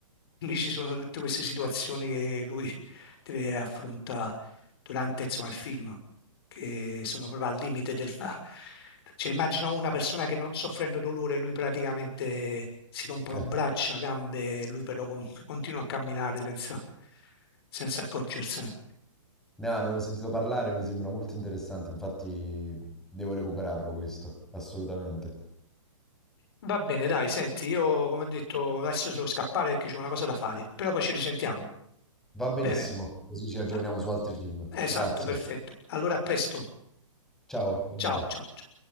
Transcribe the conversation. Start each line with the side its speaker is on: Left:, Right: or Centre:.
Left: quindi ci sono tutte queste situazioni che lui deve affrontare durante, insomma, il film, che sono proprio al limite del... Cioè, immagino una persona che non soffrendo dolore, lui praticamente si rompono
Centre: Eh,
Left: braccia, gambe, lui però con- continua a camminare senza, senza accorgersene.
Centre: no, ne ho sentito parlare, mi sembra molto interessante, infatti devo recuperarlo questo, assolutamente.
Left: Va bene, dai, senti, io come ho detto adesso devo scappare perché c'è una cosa da fare, però poi ci risentiamo.
Centre: Va benissimo,
Left: Bene.
Centre: così ci aggiorniamo
Left: Eh,
Centre: su altri film.
Left: Esatto,
Centre: Grazie.
Left: perfetto. Allora a presto.
Centre: Ciao, va bene.
Left: Ciao, ciao, ciao.